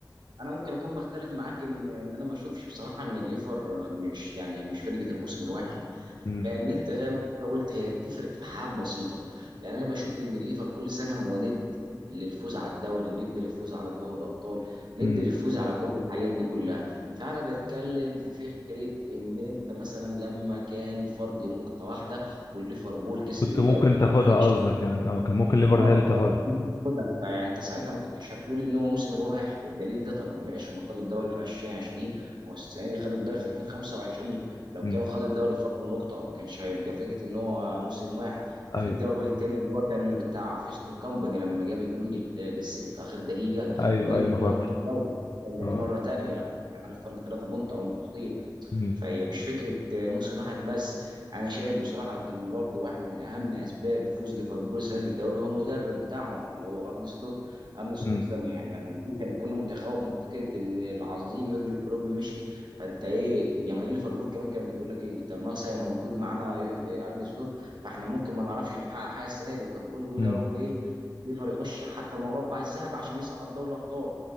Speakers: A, on the right; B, on the left.
A: انا ممكن اكون بختلف معاك ان ان انا ما اشوفش بصراحه ان الليفر مش يعني هي مش فرقه الموسم الواحد
B: مم.
A: لان انت زي ما انت قلت هي بتفرق في حاجات بسيطه لان انا بشوف ان الليفر كل سنه هو ند للفوز على الدوري ند للفوز على دوري الابطال ند
B: مم.
A: للفوز على كل الحاجات دي كلها فانا بتكلم في فكره ان انت مثلا لما كان فرق نقطه واحده والليفربول كسب
B: كنت
A: الدوري
B: ممكن تاخدها
A: معلش
B: قصدك يعني اه كان ممكن
A: بالظبط
B: ليفر هي اللي تاخدها
A: فانت كنت بتاخدها فيعني انت ساعتها ما كنتش هتقول ان هو موسم الواحد والدليل ده طب ما ماشي ما خدوا الدوري في 2020 وهو السنه دي خدوا الدوري في 2025 لو
B: امم
A: كان خد الدوري في فرق النقطه ما كانش هيبقى فكره ان هو موسم واحد وفي
B: ايوه
A: الدوري الثاني اللي هو كان بتاع فيستون كامباني لما جاب الجون لل- للسيتي في اخر دقيقه
B: ايوه
A: وقدروا
B: ايوه
A: انهم
B: فاكر
A: ياخدوا الدوري كان ده
B: اه
A: دي مره ثانيه لما كان عارف فرق ثلاثه بونت او نقطتين
B: امم
A: فهي مش فكره آه، موسم واحد بس انا شايف بصراحه ان برضو واحد من اهم اسباب فوز ليفربول السنه دي بالدوري هو المدرب بتاعهم اللي هو ارن سلوت ارن سلوت
B: امم
A: لما يعني لما جه كان الكل متخوف من فكره ان العظيم يورجن كلوب مشي فانت ايه جماهير ليفربول كمان كانت بتقول لك ايه انت مثلا موجود معانا يو- ارن سلوت فاحنا ممكن ما نعرفش نحقق حاجه السنه دي وكان كله بيقول
B: امم
A: يا رب ايه ليفر يخش حتى المربع الذهبي عشان يصعد دوري الابطال